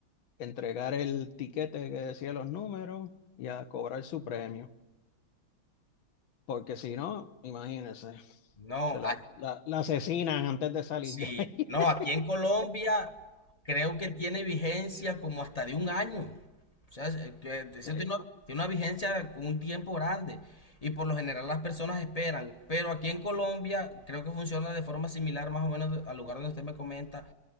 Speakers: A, on the left (about 70°); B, on the left (about 40°).
A: entregar el tiquete que decía los números y a cobrar su premio. Porque si no, imagínense,
B: No,
A: se la,
B: a-
A: la- la asesinan antes de salir
B: sí.
A: de ahí.
B: No,
A: <laughs>
B: aquí en Colombia creo que tiene vigencia como hasta de un año. O sea, es- que eso
A: Sí,
B: tiene una, tiene una vigencia con un tiempo grande. Y por lo general las personas esperan. Pero aquí en Colombia creo que funciona de forma similar más o menos al lugar donde usted me comenta.